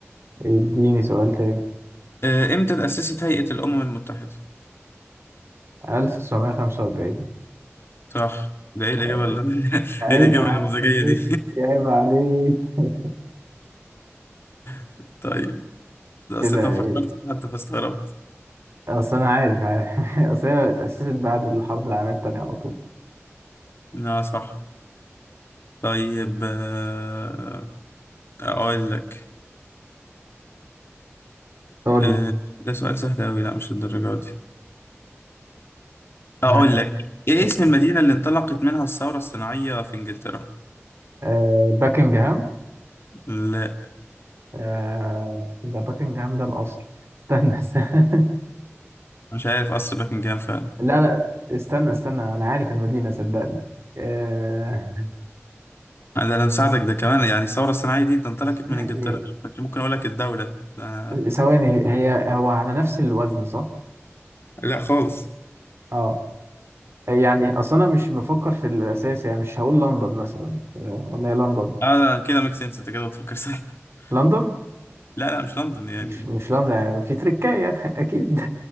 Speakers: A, on the right; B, on the left.
A: اديني سؤال تاني
B: آه، امتى تأسست هيئة الأمم المتحدة
A: 1945
B: صح ده ايه الإجابة
A: طيب
B: اللي <laughs>
A: عيب
B: ايه الإجابة
A: عليك
B: النموذجية دي
A: عيب عليك <laughs>
B: <laughs> طيب ده
A: كده
B: أصل أنت ما فكرتش
A: ايه
B: حتى فاستغربت
A: اصل انا عارف عارف <laughs> اصل هي اتأسست بعد الحرب العالمية التانية على طول
B: اه صح طيب آه، أقول لك
A: قول
B: آه،
A: لي
B: ده سؤال سهل أوي لا مش الدرجة دي أقول
A: ها،
B: لك إيه
A: اسمع.
B: اسم المدينة اللي انطلقت منها الثورة الصناعية في إنجلترا؟
A: آه باكنجهام
B: لا
A: آه ده باكنجهام ده القصر استنى استنى <laughs>
B: مش عارف قصر باكنجهام فعلا
A: لا لا استنى استنى انا عارف المدينة صدقني آه
B: آه، ده أنا مساعدك ده كمان يعني الثورة الصناعية دي ده انطلقت
A: اسمها
B: من إنجلترا
A: ايه
B: أنا كنت ممكن أقول لك الدولة ده
A: ثواني هي هو على نفس الوزن صح؟
B: لا خالص
A: اه يعني اصلا انا مش بفكر في الاساس يعني مش هقول لندن مثلا فاهم؟ ولا هي لندن
B: آه ده كده ميك سنس أنت كده بتفكر صح <laughs>
A: لندن
B: لا لا مش لندن يعني
A: مش مش لندن يعني في تركاية <laughs> اكيد